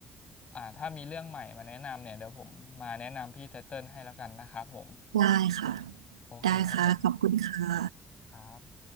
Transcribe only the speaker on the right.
ได้ค่ะ
ได้ค่ะขอบคุณค่ะ